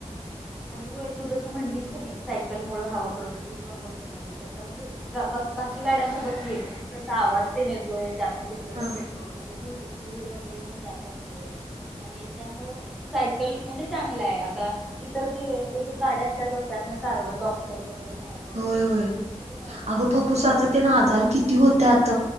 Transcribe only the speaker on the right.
हा
होय होय
अगं फप्पुसाचं ते ना आजार किती होत्यात